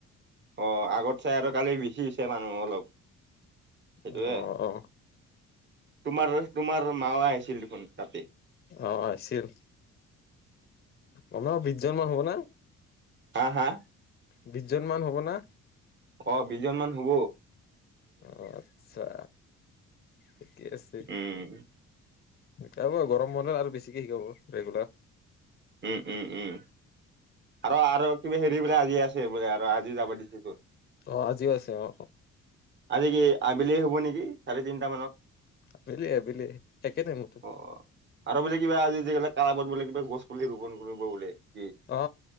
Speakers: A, on the right; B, on the left.
A: অ আগত চাই আৰু কালি বিচিছে মানুহ অলপ। সেইটোয়ে।
B: অ আহ।
A: তোমাৰ তোমাৰ মাৱা আহিছিল দেখোন তাতে।
B: অঁ আহিছিল। ঊন বিশজন মান হ'ব না।
A: আ হা।
B: বিশজন মান হ'ব না।
A: অ বিশজন মান হুব।
B: অ আচ্ছা। ঠিকেই আছে।
A: উম,
B: শিকাব গৰম বনত আৰু বেছিকে শিকাব ৰেগুলাৰ। <unintelligible>
A: উম উম উম। আৰু আৰু কিবা হেৰি বোলে আজি আছে বোলে আৰু আজি যাব দিছে চোন।
B: অ আজিও আছে অ অ।
A: আজি কি আবেলি হ'ব নেকি চাৰে তিনিটা মানত
B: আবেলি আবেলি একে টাইমতো
A: অ। বোলে কিবা আজি যিবিলাক কামত বোলে কিবা গছ। পুলি ৰোপন কৰিব বোলে কি
B: অ